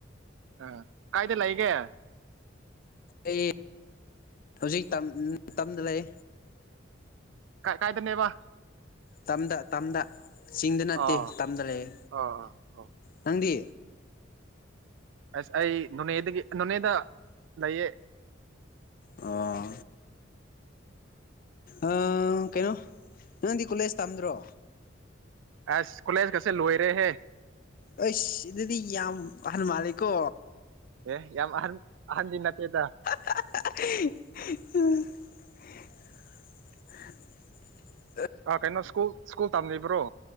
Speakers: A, on the right; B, on the left.
A: ꯑꯪ ꯀꯥꯌꯗ ꯂꯩꯒꯦ
B: ꯑꯩ ꯍꯧꯖꯤꯛ ꯇꯝꯇꯝꯗ ꯂꯩꯌꯦ
A: ꯀꯀꯥꯏꯗꯅꯦꯅꯕꯥ
B: ꯇꯝꯗꯇꯝꯗ ꯆꯤꯡꯗ ꯅꯠꯇꯦ
A: ꯑꯣ
B: ꯇꯝꯗ ꯂꯩꯌꯦ
A: ꯑꯣ ꯑꯣ ꯑꯣ
B: ꯅꯪ ꯗꯤ
A: ꯑꯥꯁ ꯑꯩ ꯅꯣꯅꯦꯗꯒꯤ ꯅꯣꯅꯦꯗ ꯂꯩꯌꯦ
B: ꯑꯣ ꯑꯪꯑꯥ ꯀꯩꯅꯣ ꯅꯪꯗꯤ ꯀꯣꯂꯦꯖ ꯇꯝꯗ꯭ꯔꯣ
A: ꯑꯥꯁ ꯀꯣꯂꯦꯖ ꯒꯁꯦ ꯂꯣꯏꯔꯦ ꯍꯦ
B: ꯑꯩꯁ ꯁꯤꯗꯗꯤ ꯌꯥꯝ ꯑꯍꯟꯃꯥꯜꯂꯦꯀꯣ
A: ꯑꯦ ꯌꯥꯝꯑꯍꯟ ꯑꯍꯟꯗꯤ ꯅꯠꯇꯦꯗ
B: INAUDIBLE
A: ꯑꯥ ꯀꯩꯅꯣ ꯁ꯭ꯀꯨꯜꯁ꯭ꯀꯨꯜ ꯇꯝꯂꯤꯕꯔꯣ